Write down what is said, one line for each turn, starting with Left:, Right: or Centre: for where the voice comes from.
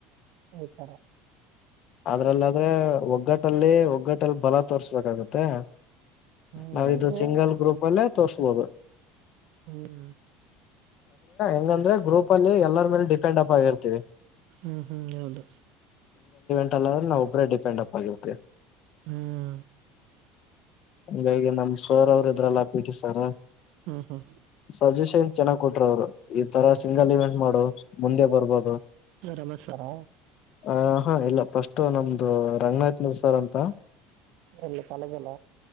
Right: ಈ ಥರ
Left: ಅದ್ರಲ್ಲಾದ್ರೆ ಒಗ್ಗಟ್ಟಲ್ಲಿ ಒಗ್ಗಟ್ಟಲ್ಲಿ ಬಲ ತೋರ್ಸ್ಬೇಕಾಗತ್ತೆ
Right: ಹ್ಮ್
Left: ನಾವಿದದು
Right: ಅಂದ್ರೆ
Left: ಸಿಂಗಲ್ ಗ್ರೂಪ್ ಅಲ್ಲೇ ತೋರ್ಸ್ಬೋದು
Right: ಹ್ಮ್
Left: ಹಂಗಂದ್ರೆ ಗ್ರೂಪ್ ಅಲ್ಲಿ ಎಲ್ಲರ ಮೇಲೆ ಡಿಪೆಂಡ್ ಅಪ್ ಆಗಿರ್ತೀವಿ
Right: ಹ್ಮ್ ಹ್ಮ್ ನದ
Left: ಲ್ಲ್ರ ನಾ ಒಬ್ಡಿಪೆಂಡ್ ಅೆ
Right: ಹ್ಮ್
Left: ಹಂಗಗೆ ನಮ್ ಸರ್ ಅವ್ರ ಇದ್ರಲ್ಲ ಹಾಕ್ಬಿಟ್ಟ ಸರ
Right: ಹ್ಮ್ ಹ್ಮ್
Left: ಸಜೆಷನ್ ಚೆನ್ನಾಗ್ ಕೊಟ್ರ ಅವ್ರು ಈ ತರ ಸಿಂಗಲ್ ಇವೆಂಟ್ ಮಾಡು ಮುಂದೆ ಬರ್ಬೋದು
Right: ರಮಸ್ವಾರ
Left: ಆ ಹಾ ಇಲ್ಲ ಫಸ್ಟ್ ನಮ್ದು ರಂಗನಾಥಥನಂದ ಸರ್ ಅಂತ
Right: ಎಲ್ಲಿ ಕಾಲೇಜ ಎಲ್ಲ